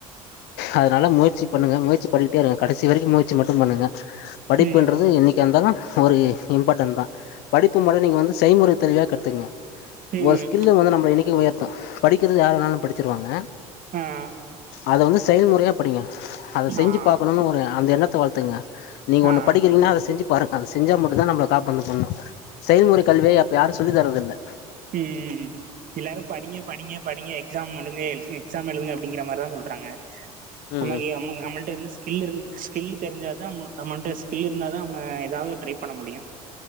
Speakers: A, on the left; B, on the right.
A: அதனால முயற்சி பண்ணுங்க முயற்சி பணீட்டே இருங்க கடைசி வரைக்கு முயற்சி மட்டு பண்ணுங்க படிப்பென்றது
B: ம்
A: என் ர்ந்தாலு ஒரு இம்பார்ட்டன்தா படிப்பு மொற நீங்க வந்து செய்மொற தெரவயா கத்துக்குங்க
B: ம்
A: ஒரு ஸ்கில்லு வந்து நம்ம என்னைக்கு உயர்த்தூ படிக்கிறது யார் வேனாலு படிச்சிருவாங்க
B: ஆ ஆ
A: அத வந்து செயல்மொறயா படிங்க அத செஞ்சு
B: ஆ
A: பாக்கணுனு ஒரு அந்த எண்ணத்த வளத்துங்க நீங்க ஒன்னு
B: ஆ
A: படிக்கிறீங்ன்னா அத செஞ் பாருங்க அது செஞ்சா மட்டுதா நம்மள காப்பாந்து அந்த பொண்ணு செயல்முறை கல்வியப்ப யாரு சொல்லி தர்றதுல்ல
B: ம்‌ ம்‌ம் ம் எல்லாரு படிங்க படிங்க படிங்க எக்ஸாம் முடிஜ்ஜே எக்ஸாம் எழுதுங்க அப்டிங்கிங்ற மாரிதான் சொல்றாங்க.
A: ம்
B: நம்மல்ட்டந்து
A: ம்
B: கில் இருந்து ஸ்கில் தெரிஞ்சாதான் நம்மன்ட ஸ்கில் இருந்தா தான் நம்ம எதாது ட்ரை பண்ண முடியும்